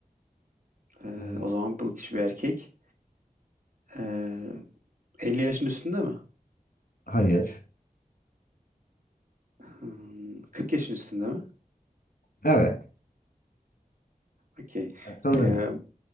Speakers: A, on the right; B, on the left.
A: Ee,
B: Ee,
A: o zaman bu kişi bir erkek. Ee, 50 yaşın üstünde mi?
B: Hayır.
A: Hmm, 40 yaşın üstünde mi?
B: Evet.
A: Okey.
B: Ya Sanırım.
A: Ee,